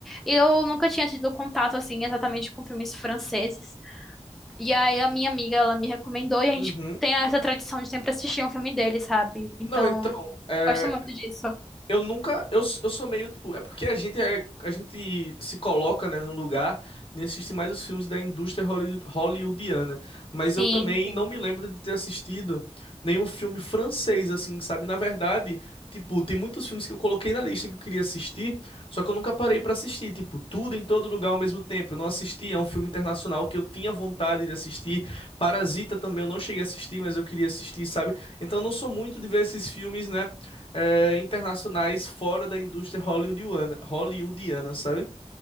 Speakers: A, in the centre; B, on the left.
A: E eu nunca tinha tido contato, assim, exatamente com filmes franceses. E aí a minha amiga, ela me recomendou e a gente
B: Uhum.
A: tem essa tradição de sempre assistir um filme dele, sabe? Então,
B: Não, então, é,
A: gosto muito disso.
B: Eu nunca, eu, eu sou meio tipo, é porque a gente é, a gente se coloca, né, num lugar e assiste mais os filmes da indústria hollywood- hollywoodiana, mas
A: Sim,
B: eu também
A: sim.
B: não me lembro de ter assistido nenhum filme francês assim, sabe? Na verdade, tipo, tem muitos filmes que eu coloquei na lista que eu queria assistir, só que eu nunca parei pra assistir, tipo, tudo em todo lugar ao mesmo tempo. Eu não assisti, é um filme internacional que eu tinha vontade de assistir. Parasita também eu não cheguei a assistir, mas eu queria assistir, sabe? Então eu não sou muito de ver esses filmes, né, é, internacionais fora da indústria hollywoodiana, hollywoodiana, sabe?